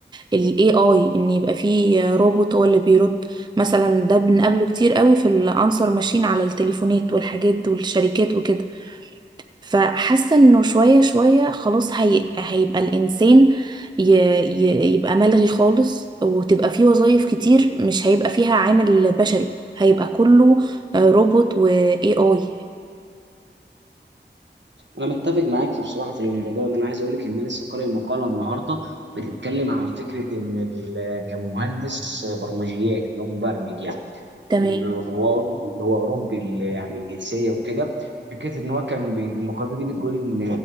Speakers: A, on the right (about 25°); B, on the right (about 75°).
A: ال AI ان يبقى فيه روبوت هو اللي بيرد مثلا ده بنقابله كتير قوي في الانسر ماشين على التليفونات والحاجات والشركات وكده فحاسه انه شويه شويه خلاص هي هيبقى الانسان ي ي يبقى ملغي خالص وتبقى فيه وظايف كتير مش هيبقى فيها عامل بشري هيبقى كله آه، روبوت و AI
B: انا متفق معاك بصراحه في الموضوع ده انا عايز اقول لك ان انا لسه قارئ مقاله النهارده بتتكلم عن فكره ان ال- كمهندس برمجيات اللي هو مبرمج يعني
A: تمام
B: الغوار اللي هو اوروبي اللي يعني الجنسيه وكده فكره ان هو كان بي- المقاله دي بتقول ان